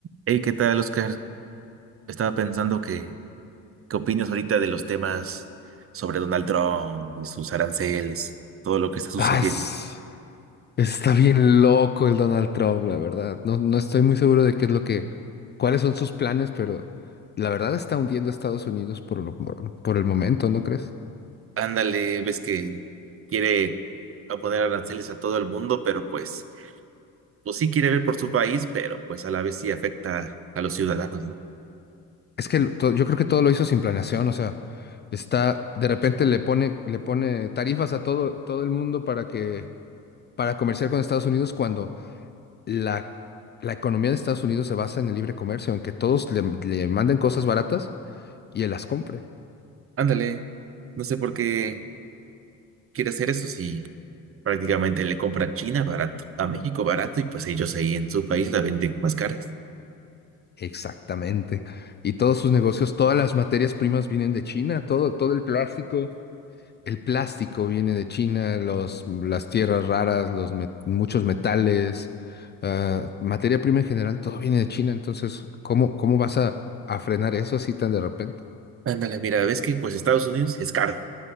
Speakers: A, on the right (about 30°); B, on the left (about 25°).
A: Hey, ¿qué tal, Oscar? Estaba pensando que, ¿qué opinas ahorita de los temas sobre Donald Trump y sus aranceles, todo lo que está sucediendo?
B: Ah, es- está bien loco el Donald Trump, la verdad. No, no estoy muy seguro de qué es lo que, cuáles son sus planes, pero la verdad está hundiendo a Estados Unidos por lo- por por el momento, ¿no crees?
A: Ándale, ves que quiere a poner aranceles a todo el mundo, pero pues, pues sí quiere ver por su país, pero pues a la vez sí afecta a los ciudadanos, ¿no?
B: Es que lo- to- yo creo que todo lo hizo sin planeación, o sea, está, de repente le pone, le pone tarifas a todo, todo el mundo para que, para comerciar con Estados Unidos cuando la, la economía de Estados Unidos se basa en el libre comercio, en que todos le, le manden cosas baratas y él las compre.
A: Ándale, no sé por qué quiere hacer eso si prácticamente le compra a China barato, a México barato, y pues ellos ahí en su país la venden más caras.
B: Exactamente. Y todos sus negocios, todas las materias primas vienen de China, todo, todo el plástico, el plástico viene de China, los, las tierras raras, los met- muchos metales, ah, materia prima en general, todo viene de China. Entonces, ¿cómo, cómo vas a, a frenar eso así tan de repente?
A: Ándale, mira, ves que pues Estados Unidos es caro.